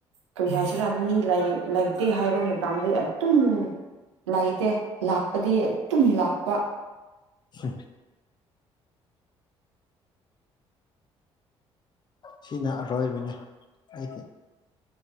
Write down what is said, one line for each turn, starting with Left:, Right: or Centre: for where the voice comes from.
Right: ꯀꯔꯤ ꯍꯥꯏꯁꯤꯔꯥ ꯃꯤ ꯂꯩꯇꯦ ꯍꯥꯏꯕ ꯃꯇꯝꯗ ꯑꯗꯨꯝ ꯂꯥꯛꯏꯇꯦ ꯂꯥꯛꯄꯗꯤ ꯑꯗꯨꯝ ꯂꯥꯛꯄ
Left: ꯎ ꯁꯤꯅ ꯑꯔꯣꯏꯕꯅꯦ ꯑꯩꯗꯤ